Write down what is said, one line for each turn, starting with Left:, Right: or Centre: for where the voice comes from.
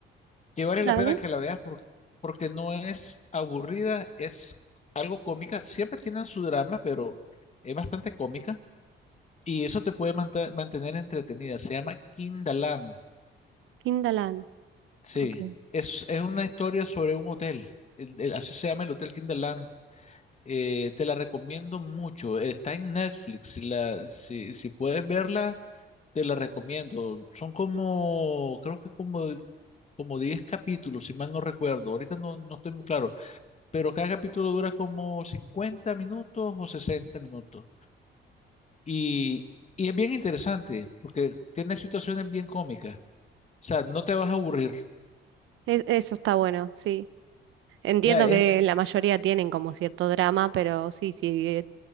Left: que vale
Right: Dale.
Left: la pena que la veas por- porque no es aburrida, es algo cómica. Siempre tienen su drama, pero es bastante cómica y eso te puede manta- mantener entretenida. Se llama Kindaland.
Right: Kindaland,
Left: Sí,
Right: ok.
Left: es, es una historia sobre un hotel. El- el- así se llama el Hotel Kindaland. Eh, te la recomiendo mucho. Está en Netflix. Si, la, si, si puedes verla. Te la recomiendo. Son como, creo que como, como 10 capítulos, si mal no recuerdo. Ahorita no, no estoy muy claro. Pero cada capítulo dura como 50 minutos o 60 minutos. Y, y es bien interesante porque tiene situaciones bien cómicas. O sea, no te vas a aburrir.
Right: Es- eso está bueno, sí. Entiendo
Left: Ya, es,
Right: que la mayoría tienen como cierto drama, pero sí, sí,